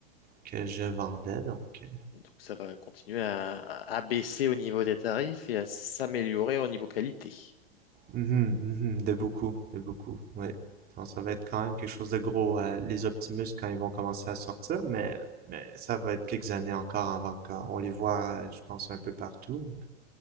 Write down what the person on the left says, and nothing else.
donc ça va continuer à, à baisser au niveau des tarifs et à s'améliorer au niveau qualité.